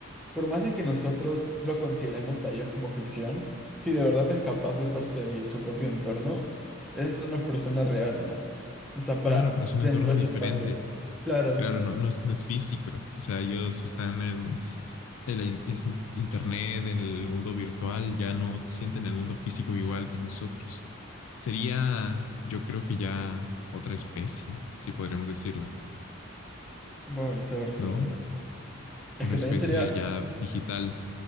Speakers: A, in the centre; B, on the left (about 75°).
A: por más de que nosotros lo consideremos a ellos como ficción, si de verdad es capaz de percibir su propio entorno, es una persona real, ¿no? O sea, para
B: Claro, pero es un
A: dentro
B: entorno
A: de
B: diferente.
A: ese espacio. Claro,
B: Claro, no, no, es, no es físico. O sea, ellos están en el in- es in- internet, en el mundo virtual, ya no sienten el mundo físico igual que nosotros. Sería, yo creo que ya otra especie, si podríamos decirlo,
A: puede ser, sí,
B: ¿no?
A: una. Es
B: Una
A: que
B: especie
A: también sería
B: ya digital.